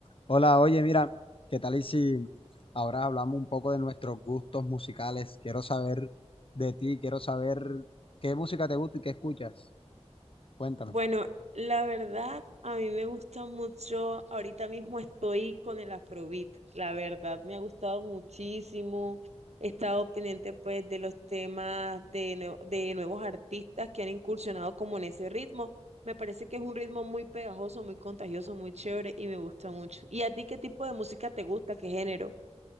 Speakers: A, on the left (about 55°); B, on the right (about 75°).
A: Hola, oye, mira, ¿qué tal y si ahora hablamos un poco de nuestros gustos musicales? Quiero saber de ti, quiero saber qué música te gusta y qué escuchas. Cuéntame.
B: Bueno, la verdad, a mí me gusta mucho, ahorita mismo estoy con el Afrobeat, la verdad, me ha gustado muchísimo. He estado pendiente pues de los temas de, nue- de nuevos artistas que han incursionado como en ese ritmo. Me parece que es un ritmo muy pegajoso, muy contagioso, muy chévere y me gusta mucho. ¿Y a ti qué tipo de música te gusta? ¿Qué género?